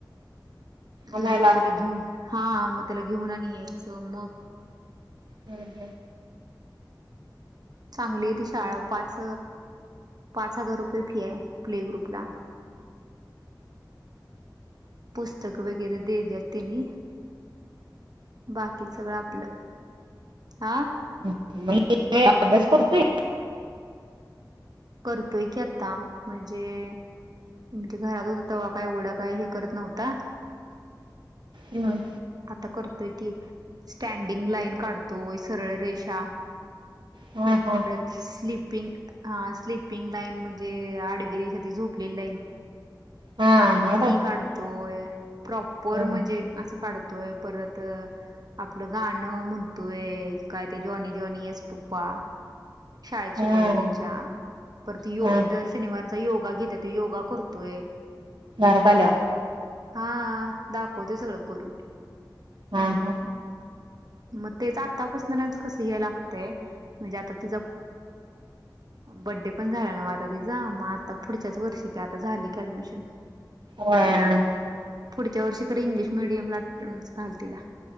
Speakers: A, on the right (about 60°); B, on the right (about 85°).
A: मग
B: आणायला
A: त्याला घेऊन हा मग त्याला घेऊन आणि यायचं मग
B: हम् हम.
A: चांगली आहे ती शाळा पाच पाच हजार रुपये फी आहे प्ले ग्रुपला. <inaudible> पुस्तक वगैरे देत्यात त्यांनी. बाकी सगळं आपलं, हा.
B: <unintelligible> अभ्यास करतोय.
A: करतोय की आता म्हणजे, म्हणजे घरात हो तवा काय एवढं काय हे करत नव्हता.
B: हम्.
A: आता करतोय की स्टँडिंग लाईन काढतोय सरळ रेषा.
B: हा हा.
A: स्लीपिंग आ स्लीपिंग लाईन म्हणजे आडविरेशा झोपलेली लाईन,
B: हा हा होय
A: ती काढ तोय प्रॉपर
B: हम्म
A: म्हणजे असं काढतोय परत आपलं गाणं म्हणतोय काय ते जॉनी जॉनी येस पप्पा. शाळेत शिकवलय
B: हम्म
A: त्यांच्या. परत यो
B: हा
A: दर शनिवारचा योगा घेतात योगा करतोय.
B: घरात आल्या.
A: हा दाखवतय सगळं करून, हम्म.
B: हा हा
A: मग तेचं आतापासूनच कसं हे लागतय म्हणजे आता तिज अ बड्डे पण झाले नाव आता तिजा मग आता पुढच्याच वर्षी की आता झाले की ऍडमिशन.
B: वय.
A: पुढच्या वर्षी खरी इंग्लिश मिडियम ला स घाल तीला.